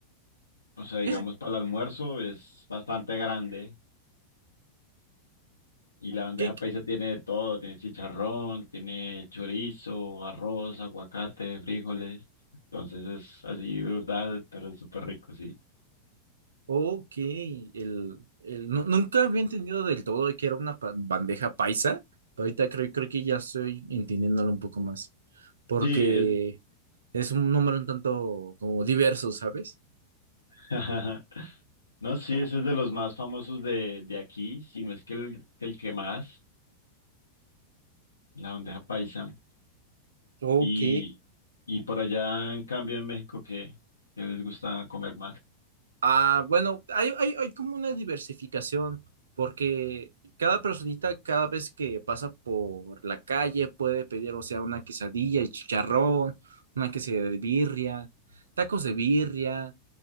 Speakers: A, on the left (about 75°); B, on the right (about 65°).
A: O sea, digamos,
B: Es,
A: para el almuerzo es bastante grande. Y la bandeja
B: que, que-
A: paisa tiene de todo, tiene chicharrón, tiene chorizo, arroz, aguacate, frijoles. Entonces es así brutal, pero es súper rico, sí.
B: ok, el, el- nu- nunca había entendido del todo de que era una pa- bandeja paisa. Pero ahorita creo, creo que ya estoy entendiéndolo un poco más. Porque
A: Sí, es...
B: es un número un tanto como diverso, ¿sabes?
A: <laughs> no, sí, ese es de los más famosos de, de aquí, si no es que el, que el que más, la bandeja paisa.
B: Ok.
A: Y, y por allá, en cambio, en México, ¿qué? ¿Qué les gusta comer más?
B: Ah, bueno, hay, hay, hay como una diversificación, porque cada personita, cada vez que pasa por la calle, puede pedir, o sea, una quesadilla y chicharrón, una quesadilla de birria, tacos de birria,